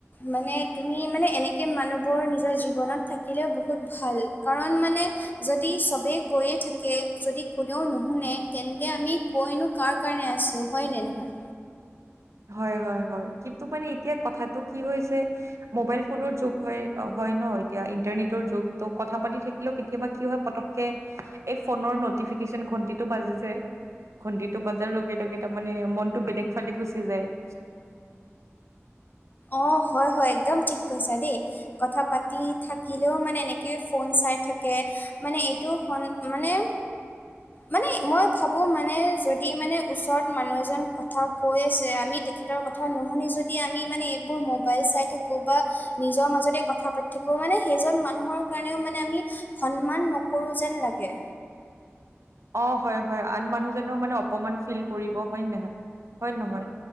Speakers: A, on the left (about 40°); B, on the right (about 75°).
A: মানে, তুমি মানে এনেকে মানুহবোৰ নিজৰ জীৱনত থাকিলে বহুত ভাল। কাৰণ মানে যদি চবেই কৈয়ে থাকে, যদি কোনেও নুশুনে, তেন্তে আমি কৈ নো কাৰ কাৰণে আছো হয়নে নহয়
B: হয় হয় হয় কিন্তু মানে এতিয়া কথাটো কি হৈছে ম'বাইল ফোনৰ যুগ হয় হয় ন এতিয়া ইন্টাৰনেটৰ যুগ ত কথা পাতি থাকিলেও কেতিয়াবা কি হয় পতককে এই ফোনৰ নটিফিকেচন ঘন্টিটো বাজি যায়। খণ্টিটো বজাৰ লগে লগে তাৰমানে মনটো বেলেগ ফালে গুচি যায়।
A: অ হয় হয় একদম ঠিক কৈছা দেই। কথা পাতি থাকিলেও মানে এনেকেই ফোন চাই থাকে। মানে এইটো সন মানে মানে মই ভাবোঁ মানে যদি মানে ওচৰত মানুহ এজন কথা কৈ আছে আমিত তেখেতৰ কথা নুশুনি যদি আমি মানে এইবোৰ মোবাইল চাই থাকোঁ বা নিজৰ মাজতে কথা পাতি থাকো, মানে সেইজন মানুহৰ কাৰণেও মানে আমি সন্মান নকৰো যেন লাগে।
B: অ', হয় হয়, আন মানুহজনেও মানে অপমান ফিল কৰিব, হয় নহয়, হয় নহয়?